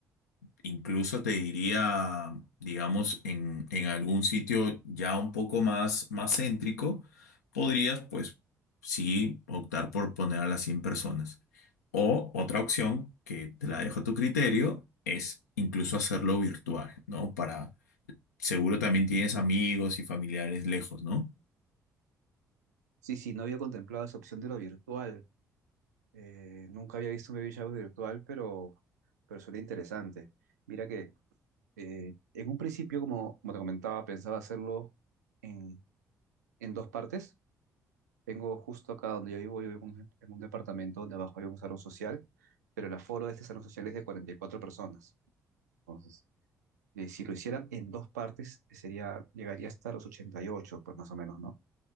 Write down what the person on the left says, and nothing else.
Incluso te diría, digamos, en, en algún sitio ya un poco más, más céntrico, podrías, pues, sí, optar por poner a las 100 personas. O otra opción, que te la dejo a tu criterio, es incluso hacerlo virtual, ¿no? Para, seguro también tienes amigos y familiares lejos, ¿no?